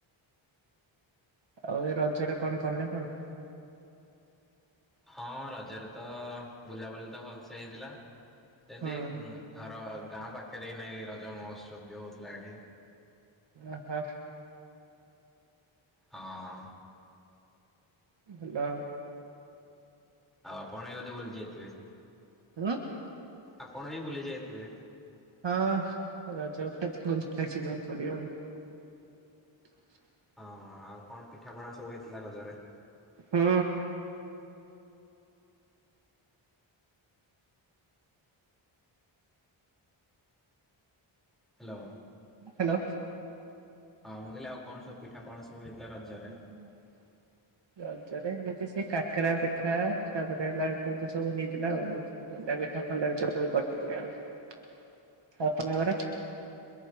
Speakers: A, on the right; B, in the centre.
A: ଆଉ ଏରଜରେ କଣ କଲେ କଣ?
B: ହଁ ରଜରେତ ବୁଲାବୁଲିତ ଭଲସେ ହେଇଥିଲା ସେମିତି
A: ହୁଁ
B: ଘର ଗାଁ ପାଖରେ ନେଇଁ ରଜ ମହୋତ୍ସବବି ହଉଥିଲା ଏଠି।
A: ଓହୋ।
B: ହଁ।
A: ଭଲ।
B: ଆଉ ଆପଣବି ବୋଧେ ବୁଲିଯାଇଥିବେ?
A: <unintelligible>
B: ଆପଣବି ବୁଲି ଯାଇଥିବେ?
A: ହଁ ରଜରେତ ବୁଲିତେ ଯିବାକୁ ପଡ଼ିବ ଆଉ। <inaudible>
B: ହଁ ଆଉ କଣ ପିଠାପଣା ସବୁ ହେଇଥିଲା ରଜରେ?
A: ହୁଁ।
B: ହାଲୋ।
A: ହାଲୋ।
B: ହଁ ମୁଁ କହିଲି ଆଉ କଣ ସବୁ ପିଠାପଣା ସବୁ ହେଇଥିଲା ରଜରେ?
A: ରଜରେ ରଜରେ ଏମିତି ସେକାକେରା ପିଠା ତାପରେ ହେଲା ଏମିତି ସବୁ ହେଇଥିଲା ଆଉ। ମଣ୍ଡା ପିଠା ଫଣ୍ଡା ପିଠା ସବୁ କରିଥିଲେ ଆଉ ତମଘରେ?